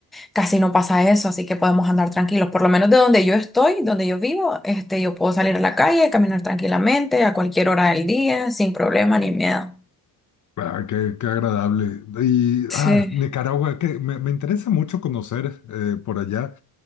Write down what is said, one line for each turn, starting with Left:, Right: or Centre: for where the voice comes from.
Centre: casi no pasa eso, así que podemos andar tranquilos. Por lo menos de donde yo estoy, donde yo vivo, este, yo puedo salir a la calle, caminar tranquilamente a cualquier hora del día, sin problema ni miedo.
Left: Ah, qué, qué agradable. Y
Centre: Sí.
Left: ah, Nicaragua, que me, me interesa mucho conocer eh, por allá.